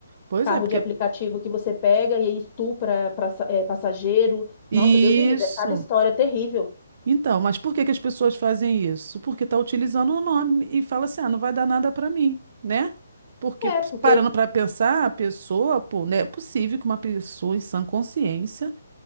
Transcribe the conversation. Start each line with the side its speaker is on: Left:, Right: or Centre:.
Right: Pois
Left: Carro
Right: é, porque.
Left: de aplicativo
Right: é
Left: que você pega e aí estupra pra, é, passageiro.
Right: Isso.
Left: Nossa, Deus me livre, é cada história terrível.
Right: Então, mas por que que as pessoas fazem isso? Porque tá utilizando o nome e fala assim, ah, não vai dar nada para mim, né? Porque
Left: É,
Right: p-
Left: porque
Right: parando para pensar, a pessoa, pô, né? É possível que uma pessoa em sã consciência,